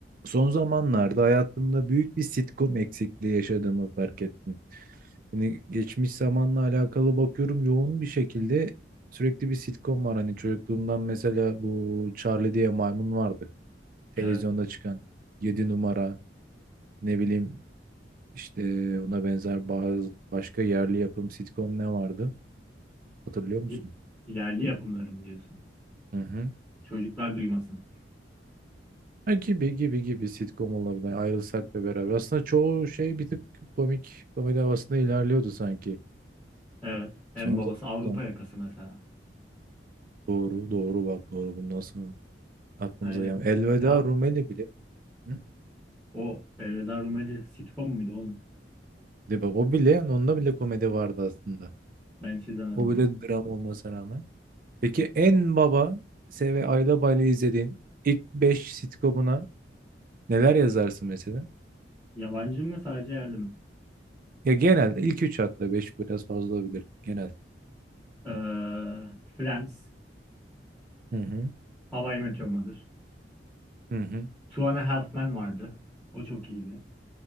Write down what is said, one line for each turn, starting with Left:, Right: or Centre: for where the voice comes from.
Right: Son zamanlarda hayatımda büyük bir sitcom eksikliği yaşadığımı fark ettim. Hani geçmiş zamanla alakalı bakıyorum yoğun bir şekilde sürekli bir sitcom var. Hani çocukluğumdan mesela bu Charlie diye maymun vardı. Televizyonda
Centre: Evet.
Right: çıkan 7 numara ne bileyim işte ona benzer bazı başka yerli yapım sitcom ne vardı? Hatırlıyor musun?
Centre: Y- Yerli yapımlarım diyorsun.
Right: Hı hı.
Centre: Çocuklar duymasın.
Right: Ha, gibi gibi gibi sitcom olabilir. Ayrılsak da beraber. Aslında çoğu şey bir tık komik komedi havasında ilerliyordu sanki.
Centre: Evet. En
Right: Son
Centre: babası Avrupa
Right: zamanlarda.
Centre: yakası mesela.
Right: Doğru, doğru bak doğru. Bundan nasıl aklımıza
Centre: Aynen.
Right: gelmiyor. Elveda
Centre: Ya
Right: Rumeli bile. Hı?
Centre: o Elveda Rumeli sitcom muydu oğlum?
Right: De bak o bile, yani onda bile komedi vardı aslında.
Centre: Ben hiç izlemedim
Right: O
Centre: onu.
Right: bile dram olmasına rağmen. Peki en baba Se ve Ayla Bayla izlediğin ilk 5 sitcomuna neler yazarsın mesela?
Centre: Yabancı mı sadece yerli mi?
Right: Ya genel ilk 3 hatta 5 biraz fazla olabilir. Genel.
Centre: Ee, Friends.
Right: Hı hı.
Centre: How I Met Your Mother.
Right: Hı hı.
Centre: Two and a Half Men vardı. O çok iyiydi.